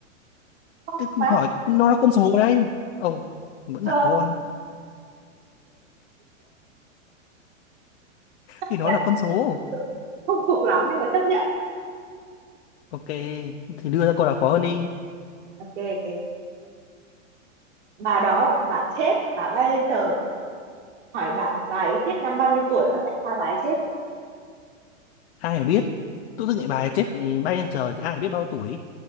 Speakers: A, on the right; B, on the left.
A: con
B: tức
A: mà
B: hỏi nó là con số đấy ồ vẫn
A: ờ
B: là con
A: chấp
B: thì nó
A: nhận
B: là con số
A: không phục lắm nhưng mà chấp nhận
B: ok thì đưa ra câu nào khó hơn đi
A: ok ok bà đó bà chết bà bay lên trời hỏi bà bà ấy chết năm bao nhiêu tuổi và tại sao bà ấy chết
B: ai mà biết tự dưng lại bài chết thì bay lên trời thì ai mà biết bao tuổi